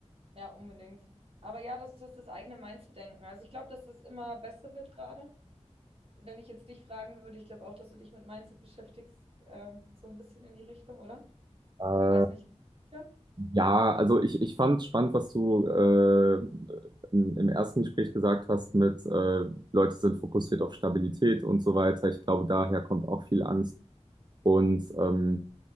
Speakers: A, on the right; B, on the right.
A: ja, unbedingt. Aber ja, das ist das eigene Mindset-Denken. Also ich glaube, dass es immer besser wird gerade. Wenn ich jetzt dich fragen würde, ich glaube auch, dass du dich mit Mindset beschäftigst, ähm, so ein bisschen in die Richtung, oder?
B: Äh,
A: Weiß nicht. Ja.
B: ja, also ich, ich fand spannend, was du äh, im im ersten Gespräch gesagt hast mit äh, Leute sind fokussiert auf Stabilität und so weiter. Ich glaube, daher kommt auch viel Angst. Und ähm,